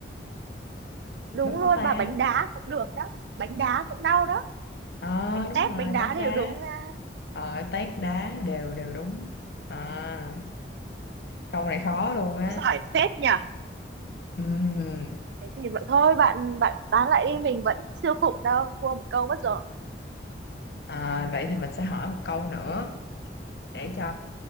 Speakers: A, on the right (about 65°); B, on the left (about 60°).
A: đúng
B: đúng
A: luôn
B: không ta
A: bà bánh đá cũng được đó bánh đá cũng đau đó
B: ờ
A: bánh
B: đúng
A: tét
B: rồi
A: bánh đá
B: bánh
A: đều
B: đá
A: đúng à,
B: ờ tét đá đều đều đúng à, câu này khó luôn á
A: cũng giỏi phết nhỉ
B: Ừm.
A: thế thì vậy thôi bạn bạn bán lại đi mình vẫn chưa phục đâu thua một câu mất rồi
B: à, vậy thì mình sẽ hỏi một câu nữa để cho